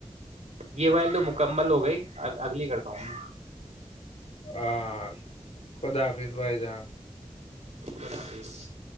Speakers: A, on the right (about 80°); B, on the left (about 65°).
A: یہ ول تو مکمل ہو گئی اگلی کرتا ہوں میں
B: ہاں خدا حافظ بھائی جان
A: دفظ